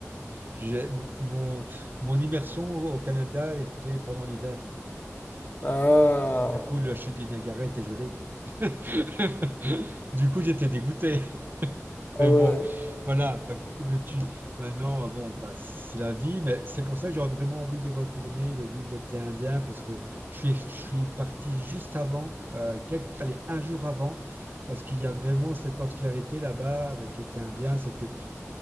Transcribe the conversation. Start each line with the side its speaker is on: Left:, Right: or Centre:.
Right: j'ai, mon, mon immersion au Canada était pendant l'hiver.
Left: Ah,
Right: Du coup, la chute du Niagara était gelée. <laughs> Du coup, j'étais dégoûté. Mais
Left: ah ouais.
Right: bon, voilà, enfin, que veux-tu? Maintenant, bon, bah, c'est la vie, mais c'est pour ça que j'aurais vraiment envie d'y retourner, de vivre l'été indien, parce que je suis, je suis parti juste avant, euh, quelques- allez, un jour avant, parce qu'il y a vraiment cette particularité là-bas avec l'été indien, c'est que